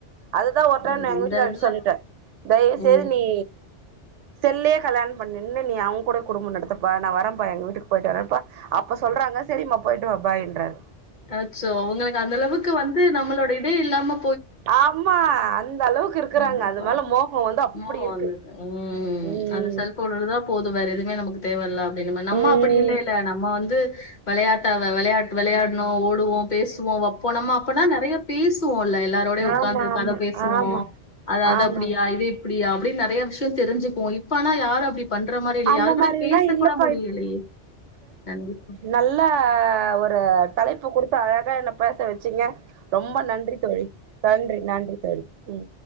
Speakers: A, on the right; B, on the left.
A: அதுதா ஒட்ரன்
B: அது
A: எங்க
B: இந்த
A: வீட்டுகார்ட்ட
B: இதுல
A: சொல்லிட்ட தயவுசெய்து
B: ம்.
A: நீ செல்லே கல்யாணம் பண்ணின்னு நீ அவங்க கூட குடும்ப நடுத்துப்பா நா வரப்பா எங்க வீட்டுக்கு போய்ட்டு வரப்பா அப்ப சொல்றாங்க செரிம்மா போய்ட்டுவா பாய்ன்றாரு
B: அச்சோ அவங்களுக்கு அந்த அளவுக்கு வந்து நம்மளோட இதேஇல்லாம
A: ஆமா அந்த அளவுக்கு இருக்குறாங்க
B: கண்டிப்பா.
A: அது மேல மோகம் வந்து அப்டி
B: மோகம்
A: இருக்கு
B: வந்திருக்கு. ம்
A: ம்
B: அந்த செல்ஃபோன்னு தா போது வேற எதுவுமே நமக்கு தேவ இல்ல அப்டின்னுமே நம்ம
A: ம்
B: அப்டி இல்லேல நம்ம வந்து விளையாட்டா விளையாட் விளையாட்னு ஓடுவோ பேசுவோ வப் போ நம்ம அப்பனா நெறைய பேசுவோல்ல எல்லாரோடயு உக்கார்ந்து
A: ஆமா ஆமா
B: கத பேசுவோ
A: ஆமா
B: அது அது
A: ஆமா
B: அப்டியா இது இப்டியா அப்டின்னு நெறைய விஷ்யோ தெரிஞ்சுக்குவோ இப்ப ஆனா யார் அப்டி பண்ற மாரி இல்லையே
A: அந்த
B: யாரு கூட
A: மாரில்லா
B: பேச
A: இல்லப்பா
B: கூட முடியலையே கண்டிப்பா
A: நல்லா ஒரு தலைப்பு குடுத்து அழகா என்ன பேச வச்சீங்க ரொம்ப நன்றி தோழி நன்றி நன்றி தோழி ம்